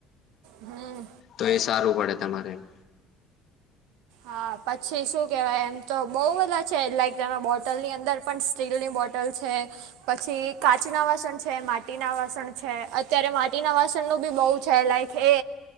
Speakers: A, on the right; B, on the left.
A: હમ્મ.
B: તો એ સારું પડે તમારે એમ.
A: હા પછી શું કેહેવાય એમ તો બહુ બધા છે લાઈક તમે બોટલ ની અંદર પણ સ્ટીલની બોટલ છે પછી કાચ ના વાસણ છે માટી ના વાસણ છે અત્યારે માટી ના વાસણનું બી બહુ છે લાઈક કે